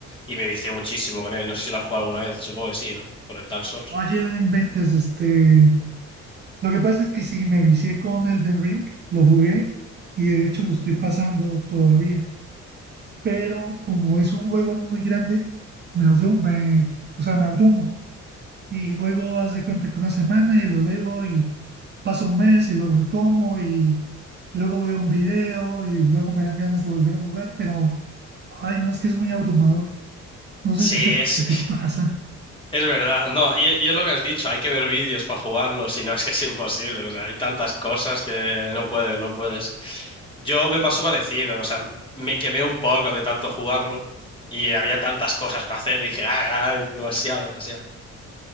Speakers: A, on the left; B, on the right.
A: y me vicié muchísimo con él. No sé si lo has jugado alguna vez, supongo que sí, ¿no? Por el Dark Souls.
B: Oye, no inventes, este... Lo que pasa es que sí, me vicié con Elden Ring, lo jugué y de hecho lo estoy pasando todavía. pero como es un juego muy grande, me, abru- me, o sea, me abrumo y luego haz de cuenta que una semana y lo dejo y paso un mes y lo retomo y luego veo un video y luego me dan ganas de volver a jugar, pero, ay, no, es que es muy abrumador. No sé
A: Sí,
B: si, se-
A: es,
B: si te pasa.
A: es verdad. No, y, y es lo que has dicho, hay que ver vídeos para jugarlo, si no <laughs> es que es imposible. O sea, hay tantas cosas que no puedes, no puedes. Yo me pasó parecido, o sea, me quemé un poco de tanto jugarlo y había tantas cosas para hacer y dije, ay, ay, demasiado, demasiado.